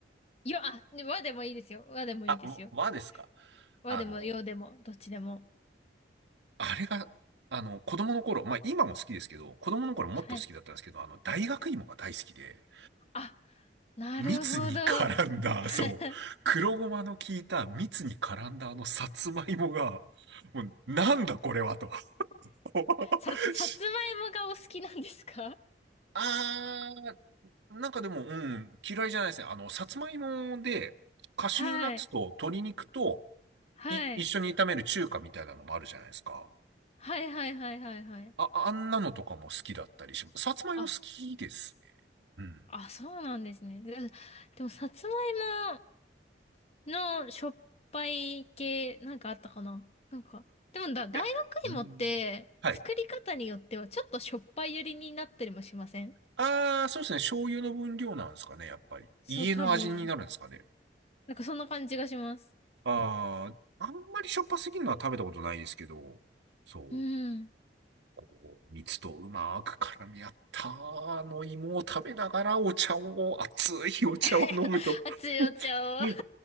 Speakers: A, on the left; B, on the right.
A: よ、あ、和でもいいですよ。和でもいいですよ。
B: あ、わ和ですか。
A: 和でも洋でも、
B: あの、
A: どっちでも。
B: あれが、あの、子供の頃、まあ、今も好きですけど、子供の頃もっと好きだったんですけど、
A: はい。
B: あの、大学芋が大好きで、
A: あ、なるほど。
B: 蜜に絡んだ、そう、
A: <laughs>
B: 黒ごまの効いた蜜に絡んだあのさつまいもが、もう、なんだこれはと。<laughs>
A: さ、さつまいもがお好きなんですか
B: しあーなんかでも、うん、嫌いじゃないですね。あの、さつまいもで、カシューナッツと鶏肉と、
A: はい。はい。
B: い、一緒に炒める中華みたいなのもあるじゃないですか。
A: はいはいはいはいはい。
B: あ、あんなのとかも好きだったりします。さつまいも好きです。
A: あ、
B: うん。
A: あ、そうなんですね。で、でも、さつまいものしょっぱい系、なんかあったかななんか、でもだ、大学芋って、
B: いや、うん。はい。
A: 作り方によっては、ちょっとしょっぱい寄りになったりもしません
B: ああ、そうですね。醤油の分量なんですかね、やっぱり。
A: そう、
B: 家の味になるんですかね。
A: 多分。なんか、そんな感じがします。
B: ああ、あんまりしょっぱすぎるのは食べたことないですけど、そう。
A: うん。
B: こう蜜とうまく絡み合ったあの芋を食べながらお茶を、熱いお茶を飲むと、
A: <laughs>
B: <laughs>
A: 熱いお茶を。
B: うん